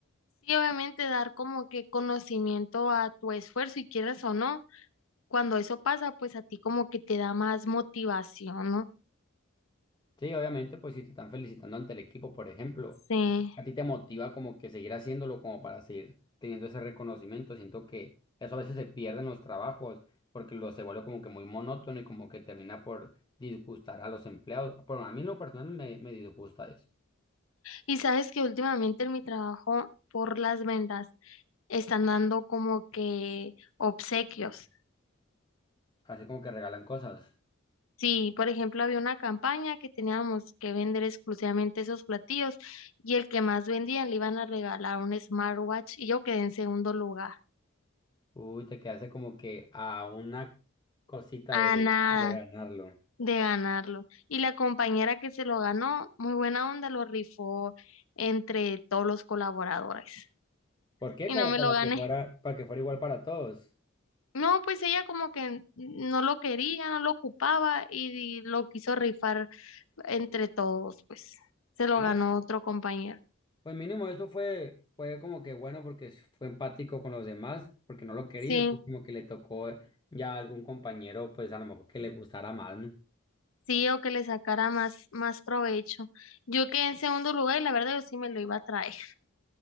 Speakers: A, on the left; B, on the left.
A: Sí, obviamente dar como que conocimiento a tu esfuerzo y quieras o no, cuando eso pasa, pues a ti como que te da más motivación, ¿no?
B: Sí, obviamente, pues si te están felicitando ante el equipo, por ejemplo.
A: Sí.
B: a ti te motiva como que seguir haciéndolo, como para seguir teniendo ese reconocimiento. Siento que eso a veces se pierde en los trabajos porque lo se vuelve como que muy monótono y como que termina por disgustar a los empleados. Bueno, a mí en lo personal me, me disgusta eso.
A: Y sabes que últimamente en mi trabajo por las ventas están dando como que obsequios.
B: Así como que regalan cosas.
A: Sí, por ejemplo, había una campaña que teníamos que vender exclusivamente esos platillos y el que más vendía le iban a regalar un smartwatch y yo quedé en segundo lugar.
B: Uy, te quedaste como que a una cosita
A: Ah,
B: de,
A: nada.
B: de ganarlo.
A: de ganarlo. Y la compañera que se lo ganó, muy buena onda, lo rifó entre todos los colaboradores.
B: ¿Por qué?
A: Y
B: Como
A: no me
B: para
A: lo gané.
B: que fuera, para que fuera igual para todos.
A: No, pues ella como que no lo quería, no lo ocupaba y lo quiso rifar entre todos, pues se lo
B: Ah,
A: ganó otro compañero.
B: Pues mínimo eso fue, fue como que bueno porque s- fue empático con los demás, porque no lo quería,
A: Sí,
B: y pues como que le tocó eh, ya algún compañero, pues a lo mejor que le gustara más, ¿no?
A: sí, o que le sacara más, más provecho. Yo quedé en segundo lugar y la verdad yo sí me lo iba a traer.